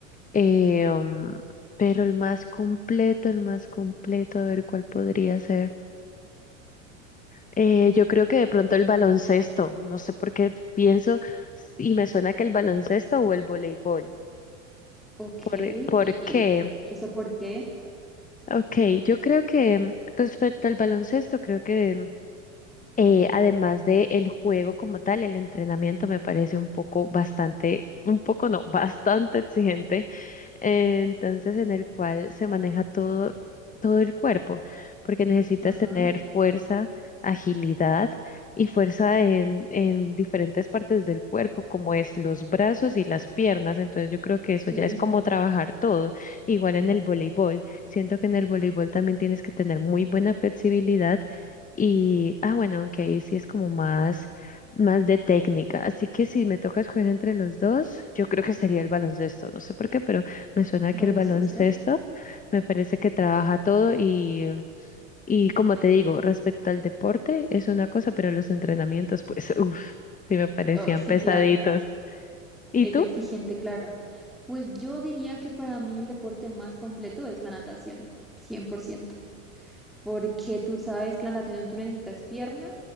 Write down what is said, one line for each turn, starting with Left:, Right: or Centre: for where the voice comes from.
Left: Eh, um, pero el más completo, el más completo, a ver cuál podría ser. Eh, yo creo que de pronto el baloncesto, no sé por qué pienso y me suena que el baloncesto o el voleibol.
Centre: Ok,
Left: ¿Por,
Centre: ¿y,
Left: por
Centre: y,
Left: qué?
Centre: y eso por qué?
Left: Ok, yo creo que mm, respecto al baloncesto, creo que eh, además de el juego como tal, el entrenamiento me parece un poco bastante, un poco no, <laughs> bastante exigente eh, entonces en el cual se maneja todo, todo el cuerpo, porque necesitas
Centre: Ajá.
Left: tener fuerza, agilidad y fuerza en, en diferentes partes del cuerpo, como es los brazos y las piernas. Entonces yo creo que eso
Centre: Sí,
Left: ya es como trabajar todo. Igual en el voleibol, siento que en el voleibol también tienes que tener muy buena flexibilidad. Y, ah, bueno, aunque ahí sí es como más, más de técnica. Así que si me toca escoger entre los dos, yo creo que sería el baloncesto. No sé por qué, pero me suena
Centre: baloncesto.
Left: que el baloncesto me parece que trabaja todo y, y como te digo, respecto al deporte es una cosa, pero los entrenamientos, pues, <laughs> uff, sí me parecían
Centre: Oh, sí,
Left: pesaditos.
Centre: claro.
Left: ¿Y
Centre: Es
Left: tú?
Centre: exigente, claro. Pues yo diría que para mí el deporte más completo es la natación, 100%, porque tú sabes que la natación tú necesitas pierna,